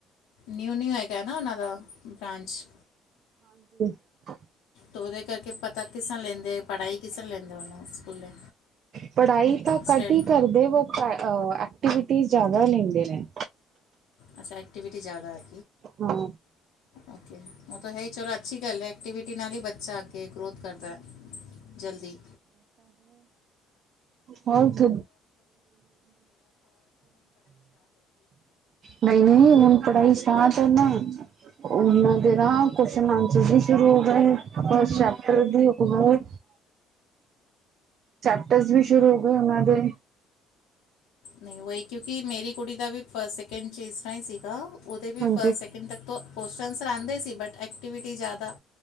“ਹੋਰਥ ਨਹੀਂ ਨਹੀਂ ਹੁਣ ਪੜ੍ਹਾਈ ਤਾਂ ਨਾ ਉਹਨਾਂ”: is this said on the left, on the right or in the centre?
Right